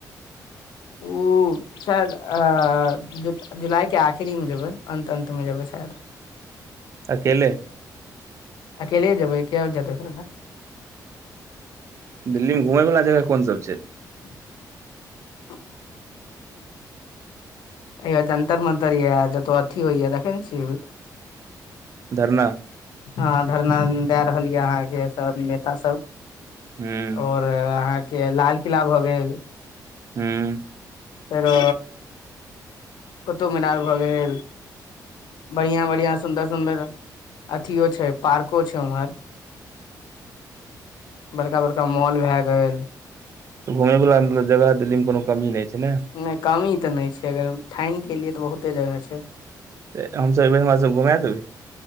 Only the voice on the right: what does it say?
<inaudible>
अकेले
दिल्लीमे घुमयवला जगह कोन सब छै
धरना
हू
हँ
<inaudible>
तऽ घुमय वला मतलब जगह दिल्ली मे कोनो कमी नहि छै ने
तऽ हमसभ एबै हमरा सब के घुमाय देबहीं